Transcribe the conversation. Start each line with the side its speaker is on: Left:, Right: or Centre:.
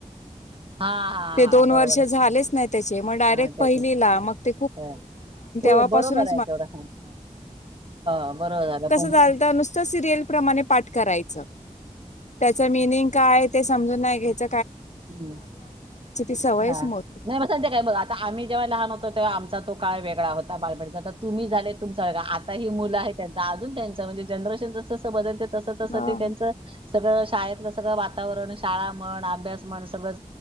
Right: हा हा
Left: दो
Right: हा, बरोबर
Left: वर् झा
Right: आहे.
Left: त्याचे मग डायरेक्ट
Right: हा त्याचे
Left: पहिलीला मग
Right: हा. हो
Left: व
Right: बरोबर
Left: कसं
Right: आहे तेवढं हा हा. हो बरोबर झालं पण
Left: झालत नुसतं सिरियल प्रमाणे पाठ करायचं त्याच मिनिंग कायय ते समजून नाही घ्यायच
Right: ह्
Left: सवयच
Right: हा
Left: मोठी.
Right: नाही ते काय बघा आता आम्ही जेव्हा लहान होतो तेव्हा आमचा तो काळ वेगळा होता बालबेचा तुम्ही झाले त आता ही मुलं आहे त्यांच अजून त्यांच म्हणजे जनरेशन जस जस बदलते तस तस
Left: हा.
Right: ते त्यांच सगळं शाळेतलं सगळं वातावरण शाळा म्हण अभ्यास म्हण सगळं